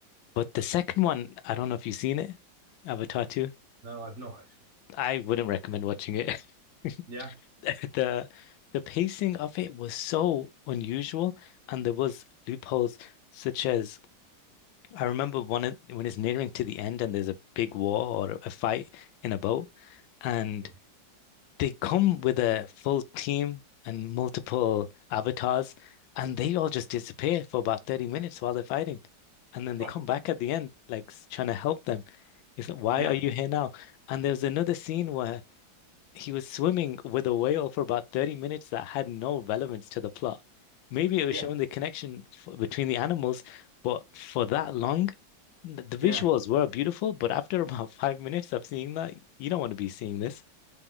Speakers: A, on the left; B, on the right.
A: But the second one, I don't know if you've seen it, Avatar 2.
B: No, I've not actually.
A: I wouldn't recommend watching it. <laughs>
B: Yeah.
A: The the pacing of it was so unusual, and there was loopholes such as I remember one of- when it's nearing to the end and there's a big war or a fight in a boat, and
B: <laughs>
A: they come with a full team and multiple avatars, and they all just disappear for about 30 minutes while they're fighting. And then they
B: Right.
A: come back at the end, like s- trying to help them. It's like, why
B: Yeah.
A: are you here now? And there's another scene where he was swimming with a whale for about 30 minutes that had no relevance to the plot. Maybe it was
B: Yeah.
A: showing the connection f between the animals, but for that long, th- the visuals
B: Yeah.
A: were beautiful. But after <laughs> about five minutes of seeing that, you don't want to be seeing this